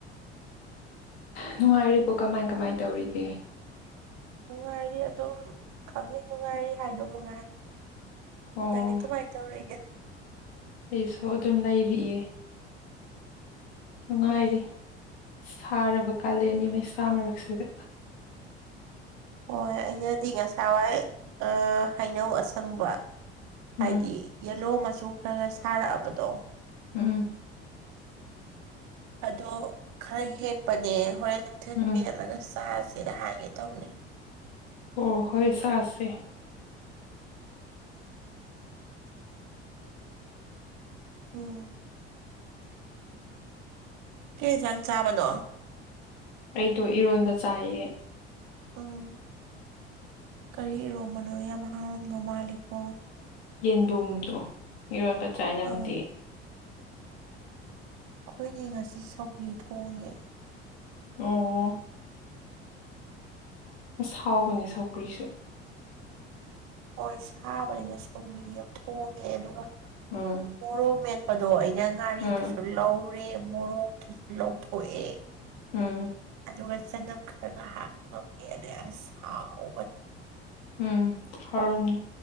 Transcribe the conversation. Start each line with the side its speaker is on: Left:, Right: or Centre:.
Left: ꯅꯨꯡꯉꯥꯏꯔꯤꯕꯣ ꯀꯃꯥꯏ ꯀꯃꯥꯏ ꯇꯧꯔꯤꯒꯦ
Right: ꯅꯨꯡꯉꯥꯏꯔꯤ ꯑꯗꯨꯝ ꯈꯪꯉꯤ ꯅꯨꯡꯉꯥꯏꯔꯤ ꯍꯥꯏꯗꯣꯛ ꯃꯉꯥꯏ
Left: ꯑꯣ
Right: ꯅꯅꯦ ꯀꯃꯥꯏꯅ ꯇꯧꯔꯤꯒꯦ
Left: ꯑꯩꯁꯨ ꯑꯗꯨꯝ ꯂꯩꯔꯤꯌꯦ ꯅꯨꯡꯉꯥꯏꯔꯤ
Right: ꯑꯣ
Left: ꯁꯥꯔꯕ ꯀꯥꯂꯦꯟꯒꯤ ꯃꯩꯁꯥ ꯃꯔꯛꯁꯤꯗ
Right: ꯍꯣꯏ ꯑꯩꯅꯗꯤ ꯉꯁꯥꯋꯥꯏ ꯍꯩꯅꯧ ꯑꯁꯪꯕ ꯍꯥꯏꯗꯤ
Left: ꯎꯝ
Right: ꯌꯦꯜꯂꯣ ꯃꯆꯨ ꯈꯔ ꯈꯔ ꯁꯥꯔꯛꯑꯕꯗꯣ
Left: ꯎꯝ
Right: ꯑꯗꯣ ꯈꯔ ꯍꯦꯛꯄꯅꯦ ꯍꯣꯔꯦꯟ ꯅꯨꯡꯊꯤꯜ
Left: ꯎꯝ
Right: ꯃꯦꯠꯂꯒ ꯆꯥꯁꯦ ꯁꯤꯗ ꯍꯥꯏꯒꯦ ꯇꯧꯅꯦ
Left: ꯑꯣ ꯍꯣꯏ ꯆꯥ ꯑꯁꯦ
Right: ꯎꯝ ꯀꯦꯟꯖꯥꯡ ꯆꯥꯕꯅꯣ
Left: ꯑꯩꯗꯣ ꯏꯔꯣꯟꯕ ꯆꯥꯏꯌꯦ
Right: ꯎꯝ ꯀꯔꯤ ꯏꯔꯣꯝꯕꯅꯣ ꯌꯥꯝ ꯍꯍꯥꯡꯝꯅꯣ ꯃꯥꯂꯦꯀꯣ
Left: ꯌꯦꯟꯕꯨꯝꯗꯣ ꯏꯔꯣꯟꯕ ꯆꯥꯏ ꯅꯪꯗꯤ
Right: ꯑ ꯑꯩꯈꯣꯏꯅꯦ ꯉꯁꯤ ꯁꯧꯒ꯭ꯔꯤ ꯊꯣꯡꯉꯦ
Left: ꯑꯣ ꯑꯁ ꯍꯥꯎꯕꯅꯦ ꯁꯧꯀ꯭ꯔꯤꯁꯨ
Right: ꯍꯣꯏ ꯁꯥꯕꯅꯤꯅ ꯁꯧ꯭ꯔꯤꯒꯤ ꯌꯥꯝ ꯊꯣꯡꯉꯦ ꯑꯗꯨꯒ
Left: ꯎꯝ
Right: ꯃꯣꯔꯣꯛ ꯃꯦ ꯑꯗꯣ ꯑꯩꯅ ꯉꯥꯔꯤꯗꯨꯁꯨ
Left: ꯎꯝ
Right: ꯂꯧꯔꯦ ꯃꯣꯔꯣꯛꯇꯨꯁꯨ ꯂꯧꯊꯣꯛꯑꯦ
Left: ꯎꯝ
Right: ꯑꯗꯨꯒ ꯆꯝ ꯈꯔꯒ ꯍꯥꯄ ꯉꯝꯃꯤ ꯑꯗꯁ ꯍꯥꯎ
Left: ꯎꯝ ꯍꯧꯔꯝꯅꯤ